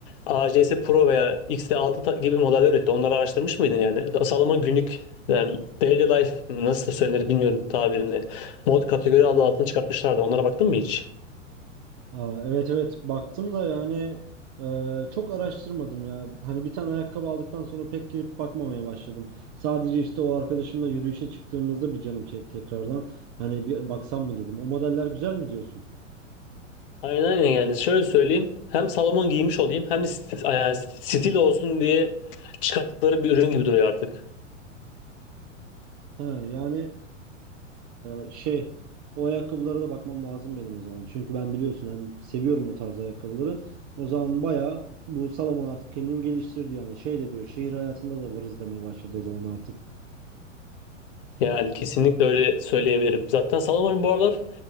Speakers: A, on the left (about 45°); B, on the right (about 25°).
A: ACS Pro veya XT6 ta- gibi modeller üretti. Onları araştırmış mıydın yani? Salomon günlük yani daily life mı, nasıl söylenir bilmiyorum tabirini. Mod kategori adı altını çıkartmışlardı. Onlara baktın mı hiç?
B: Aa, evet evet baktım da yani e, çok araştırmadım ya. Hani bir tane ayakkabı aldıktan sonra pek girip bakmamaya başladım. Sadece işte o arkadaşımla yürüyüşe çıktığımızda bir canım çekti tekrardan. Hani bir baksam mı dedim. O modeller güzel mi diyorsun?
A: Aynen aynen yani şöyle söyleyeyim. Hem Salomon giymiş olayım hem de st- yani stil olsun diye çıkarttıkları bir ürün gibi duruyor artık.
B: Ha, yani e, şey o ayakkabılara da bakmam lazım benim o zaman. Çünkü ben biliyorsun hem seviyorum o tarz ayakkabıları. O zaman baya bu Salomon artık kendini geliştirdi yani şey de diyor şehir hayatında da varız demeye başladı o zaman artık.
A: Yani kesinlikle öyle söyleyebilirim. Zaten Salomon'un bu aralar